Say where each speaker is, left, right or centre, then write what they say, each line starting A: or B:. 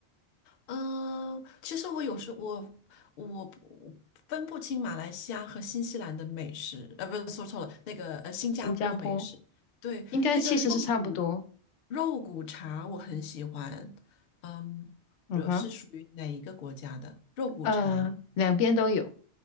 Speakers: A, on the left; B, on the left.
A: 嗯、其实我有时我我不分不清马来西亚和新西兰的美食，呃，不是说错了，那个呃新加坡美食，
B: 新加坡
A: 对，
B: 应该其实是差不多。
A: 那个肉骨肉骨茶我很喜欢，嗯，
B: 嗯哼，
A: 我是属于哪一个国家的肉骨茶？
B: 呃，两边都有。